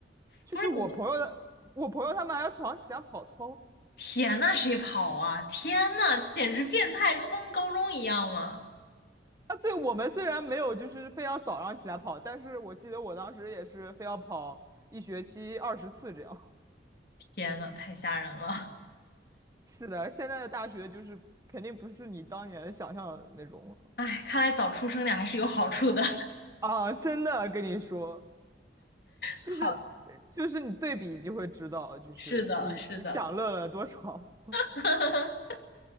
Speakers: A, on the right; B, on the left.
A: 就是我朋友的，
B: 不是你们，
A: 我朋友他们还要早上起来跑操
B: 天呐，谁跑啊？天呐，简直变态，这不跟高中一样吗？
A: 啊。对，我们虽然没有就是非要早上起来跑，但是我记得我当时也是非要跑一学期二十次这样。<laughs>
B: 天呐，太吓人了！
A: 是的，现在的大学就是肯定不是你当年想象的那种了
B: 哎，看来早出生点还是有好处的。
A: 啊！真的跟你说，就是呃就是你对比就会知道，
B: 好，
A: 就是你你享乐了多少。
B: 是的，是的。
A: <laughs>
B: <laughs>